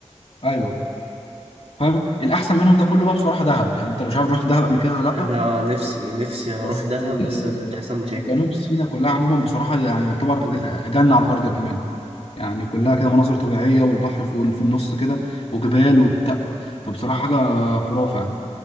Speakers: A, on the left; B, on the right.
A: ايوه فاهم الاحسن منهم ده كله بقى بصراحه دهب يعني انت لو مش عارف رحت دهب قبل كده ولا لا
B: لا نفسي نفسي اروح
A: بس
B: دهب
A: <laughs> آه،
B: بس بتحصل مشاكل
A: جنوب سيناء كلها عموما بصراحه يعني يعتبر آه، جنه على الارض بامانه يعني كلها كده مناظر طبيعيه والبحر في في النص كده وجبال وبتاع فبصراحه حاجه خرافه يعني